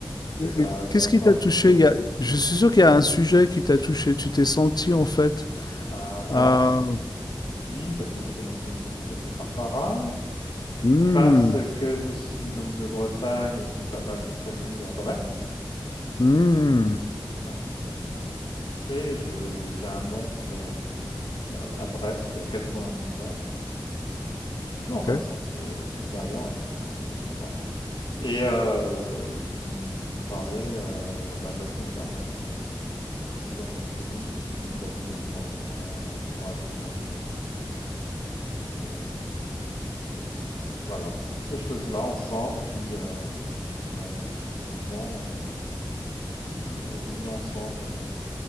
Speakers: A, on the left; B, on the left.
A: Et
B: Et-
A: ça,
B: et
A: ça
B: Qu'est-ce qui
A: me parle.
B: t'a touché? Il y a- je suis sûr qu'il y a un sujet qui t'a touché. Tu t'es senti en fait.
A: Ah,
B: Ah,
A: alors, s- oui, parce que je connaissais une fille qui s'appelait Barbara,
B: hmm,
A: parce que je suis donc de Bretagne et que j'ai pas mal de famille à Brest. donc
B: hmm,
A: Quelque chose qui m'a qui m'a beaucoup touché. Je- J'ai un oncle euh, à Brest qui a 92 ans, qui est toujours
B: ok.
A: en bonne santé, euh, vaillant et tout, hein, vraiment. et euh, qui, qui me parlait euh, bah, de la Seconde Guerre mondiale aussi, plusieurs reprises, et que lui, il a vu les bombardements euh, raser sa ville. Donc euh, de- voilà, c'est toutes ces choses-là ensemble qui, euh, euh, qui effectivement, ont, euh, ont mis ensemble euh,